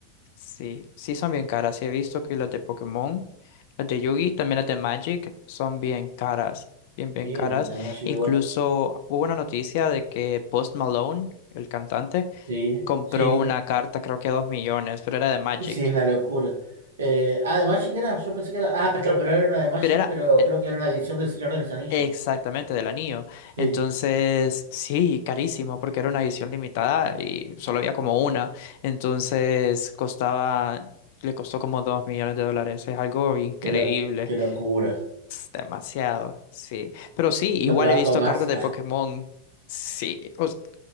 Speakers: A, on the left; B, on the right.
A: Sí, sí son bien caras. Sí he visto que las de Pokémon, las de Yugi, también las de Magic son bien caras, bien,
B: Sí,
A: bien caras.
B: las de Magic
A: Incluso
B: igual.
A: hubo una noticia de que Post Malone, el cantante,
B: Sí,
A: compró
B: sí,
A: una carta, creo que a dos millones, pero era de Magic.
B: sí, es una locura. Eh, ah, de Magic era, yo pensé que era, ah, claro, pero era una de Magic,
A: Pero era
B: pero
A: eh,
B: creo que era una edición del Señor de los Anillos.
A: exactamente del anillo. Entonces,
B: Sí,
A: sí, carísimo, porque era una edición limitada y solo había como una. Entonces, costaba, le costó como dos millones de dólares. Es algo increíble.
B: qué, lo- qué locura.
A: Es demasiado, sí. Pero sí, igual
B: No trabajo
A: he visto
B: más.
A: cartas de Pokémon. Sí. o s-